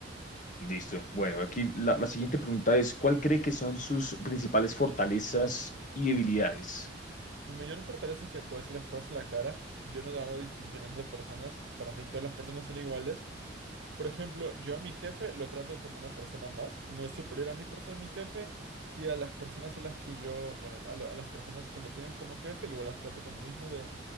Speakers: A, on the left; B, on the right.
A: Listo. Bueno, aquí la, la siguiente pregunta es, ¿cuál cree que son sus principales fortalezas y debilidades?
B: Mi mayor fortaleza es que puedo decir las cosas a la cara. Yo no hago distinción entre personas. Para mí todas las personas son iguales. Por ejemplo, yo a mi jefe lo trato como una persona más. No es superior a mí por ser mi jefe. Y a las personas a las que yo, bueno, a, lo- a las personas que me tienen como jefe, igual las trato con el mismo de